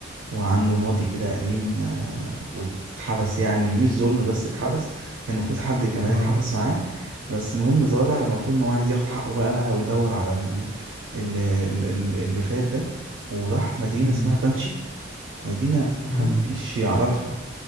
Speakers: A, on the right; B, on the left.
A: وعنده ماضي كده قديم آه، واتحبس يعني مش ظلم بس اتحبس كان المفروض حد كمان
B: اه
A: يتحبس معاه بس المهم طالع المفروض ان هو عايز ياخد حقه بقى ويدور على ال- ال- ال- ال- اللي فات ده وراح مدينة
B: أمم،
A: اسمها بانشي مدينة محدش
B: أمم،
A: يعرفها